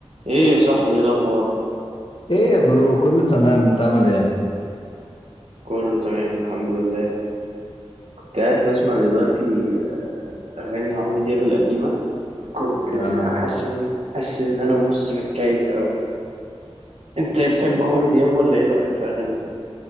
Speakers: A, on the right; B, on the left.
A: ايه يا صاحبي ايه الاخبار
B: ايه يا برو كله تمام انت عامل ايه
A: كله تمام الحمد لله كنت قاعد بسمع دلوقتي اغاني عمرو دياب القديمه كنت
B: آه.
A: حاسس ان حاسس ان انا بص متكيف اوي انت بتحب عمرو دياب ولا ايه رايك في اغانيه